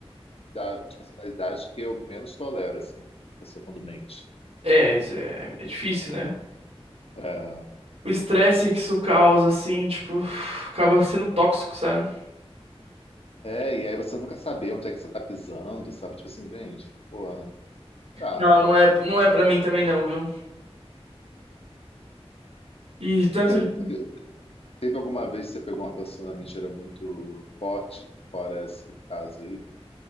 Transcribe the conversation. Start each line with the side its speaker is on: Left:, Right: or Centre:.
Left: da- de personalidade que eu menos tolero, assim, a pessoa quando mente.
Right: É, isso é, é difícil, né?
Left: É,
Right: O estresse que isso causa, assim, tipo, acaba sendo tóxico, sabe?
Left: é, e aí você nunca saber onde é que você tá pisando, sabe? Tipo assim, gente, pô, dá,
Right: Não,
Left: né?
Right: não é, não é pra mim também não, viu? E tanto.
Left: Te-
Right: de-
Left: Teve, teve alguma vez que você pegou uma pessoa na mentira muito forte, fora esse caso aí,